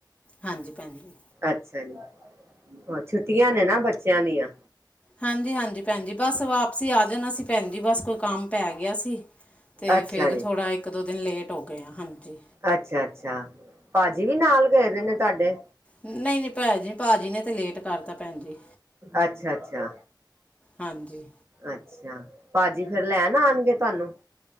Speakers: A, on the left (about 15°); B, on the right (about 30°).
A: ਹਾਂਜੀ, ਭੈਣ ਜੀ।
B: ਅੱਛਾ ਜੀ ਛੁੱਟੀਆਂ ਨੇ ਨਾ ਬੱਚਿਆਂ ਦੀਆਂ,
A: ਹਾਂਜੀ-ਹਾਂਜੀ, ਭੈਣ ਜੀ ਬਸ ਵਾਪਸੀ ਆ ਜਾਣਾ ਸੀ, ਭੈਣ ਜੀ ਬਸ ਕੋਈ ਕੰਮ ਪੈ ਗਿਆ ਸੀ। ਤੇ
B: ਅੱਛਾ
A: ਫਿਰ
B: ਜੀ
A: ਥੋੜ੍ਹਾ ਇੱਕ ਦੋ ਦਿਨ ਲੇਟ ਹੋ ਗਏ ਹਾਂ, ਹਾਂਜੀ।
B: ਅੱਛਾ ਅੱਛਾ ਭਾਜੀ ਵੀ ਨਾਲ ਗਏ ਦੇ ਨੇ ਤੁਹਾਡੇ?
A: ਨਹੀਂ-ਨਹੀਂ, ਭੈਜੀ ਭਾਜੀ ਨੇ ਤੇ ਲੇਟ ਕਰਤਾ ਭੈਣ ਜੀ।
B: ਅੱਛਾ-ਅੱਛਾ,
A: ਹਾਂਜੀ,
B: ਅੱਛਾ, ਭਾਜੀ ਫੇਰ ਲੈਣ ਆਣਗੇ ਤੁਹਾਨੂੰ?